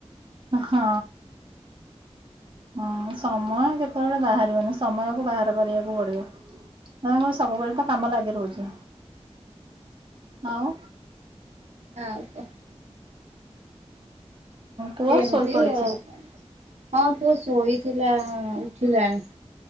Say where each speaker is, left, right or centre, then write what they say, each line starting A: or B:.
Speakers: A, on the right; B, on the right.
A: ହଁ। ହଁ ସମୟ କେତେବେଳେ ବାହାରିବନି ସମୟକୁ ବାହାର କରିବାକୁ ପଡିବ। ହଁ ହଁ ସବୁବେଳେ ତ କାମ ଲାଗି ରହୁଛି। ଆଉ
B: ଆଉ
A: ପୁଅ
B: ଏମିତି
A: ଶୋଇପଡ଼ିଛି।
B: ଆଉ କଣ? ହଁ ପୁଅ ଶୋଇଥିଲା ଉଠିଲାଣି